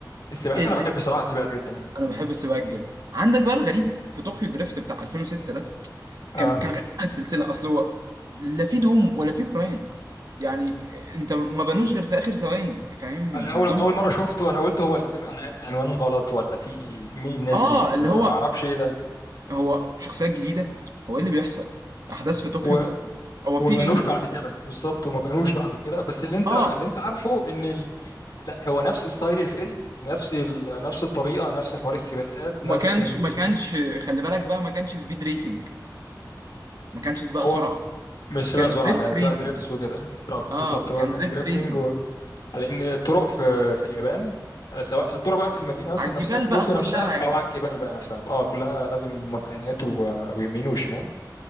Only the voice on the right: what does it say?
ال-
أنا بحب السباقات جدا عندك بقى الغريب في طوكيو دريفت بتاع 2006
كان كان غريب عن السلسله اصل هو لا في دوم ولا في براين يعني انت ما بنوش غير في اخر ثواني فاهم
الدوم
اه
اللي هو
هو شخصيات جديده هو ايه اللي بيحصل احداث في طوكيو
هو
في ايه
اه
وما
كانش
ما
كانش خلي بالك بقى ما كانش سبيد ريسنج ما كانش سباق
سرعه
كان
دريفت
ريسنج
اه
كان
دريفت
ريسنج
على الجبال
بقى كلها